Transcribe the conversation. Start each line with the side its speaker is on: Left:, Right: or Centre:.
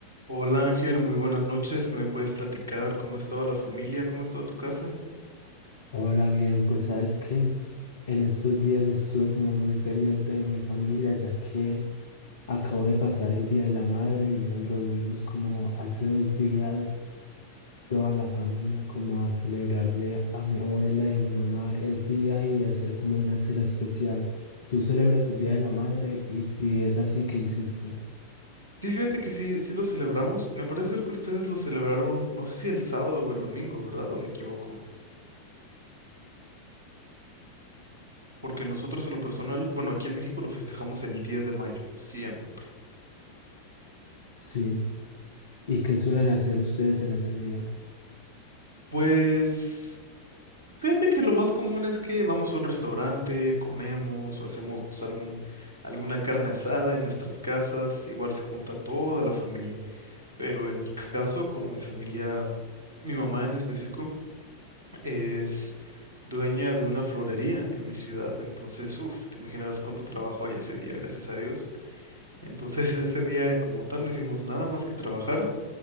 Right: Hola Ángel, muy buenas noches. ¿Qué me puedes platicar? ¿Cómo ha estado la familia? ¿Cómo ha estado tu casa?
Left: Hola, bien, pues sabes que en estos días estuve como muy pendiente de mi familia, ya que acabo de pasar el Día de la Madre y nos reunimos como hace dos días toda la familia como a celebrarle a mi abuela y a mi mamá el día y hacer como una cena especial. ¿Tú celebras el Día de la Madre? Y si es así, ¿qué hiciste?
Right: Sí, fíjate que sí, sí lo celebramos. Me parece ser que ustedes lo celebraron, no sé si el sábado o el domingo, ¿verdad? ¿O me equivoco? Porque nosotros en lo personal, bueno, aquí en México lo festejamos el diez de mayo, siempre.
Left: Sí. ¿Y qué suelen hacer ustedes en ese día?
Right: Pues fíjate que lo más común es que vamos a un restaurante, comemos o hacemos algún, alguna carne asada en nuestras casas. Igual se junta toda la familia. Pero en mi caso, como mi familia, mi mamá en específico, es dueña de una florería en mi ciudad. Entonces, uff, te imaginarás cuánto trabajo hay ese día, gracias a Dios. Entonces, <laughs> ese día como tal no hicimos nada más que trabajar.